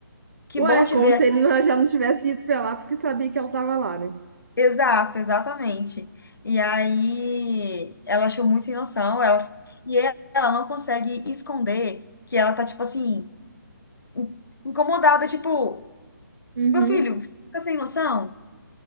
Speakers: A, on the left; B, on the right.
A: Que
B: Ué,
A: bom te
B: como
A: ver
B: se
A: aqui.
B: ele não- já não tivesse ido pra lá porque sabia que ela tava lá, né?
A: Exato, exatamente. E aí ela achou muito sem noção. Ela, e ela não consegue esconder que ela tá tipo assim in- incomodada, tipo,
B: Uhum.
A: meu filho, você tá sem noção?